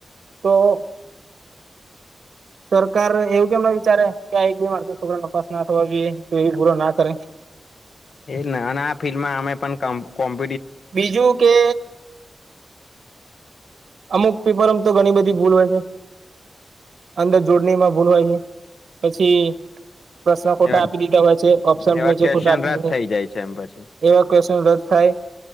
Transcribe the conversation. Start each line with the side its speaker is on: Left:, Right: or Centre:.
Right: તો સરકાર એવું કેમ ના વિચારે કે આ એક બી મારતો છોકરા તપાસ ના થવા બી એ પૂરો ના કરે.
Left: એ ના ના ફિલ્ડમાં અમે પણ કોમ્પ
Right: બીજું કે અમુક પેપર <unintelligible> તો ઘણી બધી ભૂલ હોય છે, અંદર જોડણીમાં ભૂલ હોય છે. પછી પ્રશ્ન ખોટા
Left: એવા
Right: આપી દીધા હોય છે, ઓપ્શન
Left: એવા
Right: <unintelligible> છે,
Left: ક્વેશ્ચન
Right: ખોટા આપી
Left: રદ
Right: દીધ
Left: થઈ જાય છે એમ પછી
Right: એવા <unintelligible> રદ થાય.